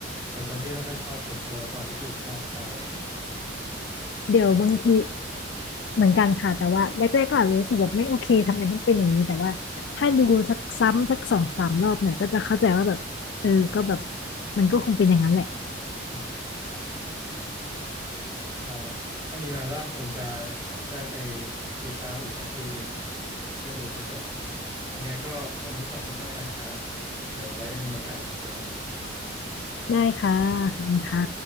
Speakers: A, on the right (about 20°); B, on the left (about 70°).
A: เป็นคนที่ไม่ค่อยชอบเห็นตัวละครที่ตัวเองชอบตาย
B: เดี๋ยวบางทีเหมือนกันค่ะแต่ว่าแรกๆก็อาจจะรู้สึกแบบไม่โอเคทำไมต้องเป็นอย่างนี้แต่ว่าถ้าดูสักซ้ำสักสองสามรอบเนี่ยก็จะเข้าใจว่าแบบเออก็แบบมันก็คงเป็นอย่างนั้นแหละ
A: <laughs> อืมครับผม ก็ถ้ามีเวลาว่างคงจะได้ไปติดตามอีกสักทีหนึ่งเพื่อดูให้จบยังไงก็วันนี้ขอบคุณมากนะครับเดี๋ยวไว้มีโอกาสเรามาคุยกันใหม่
B: ได้ค่ะขอบคุณค่ะ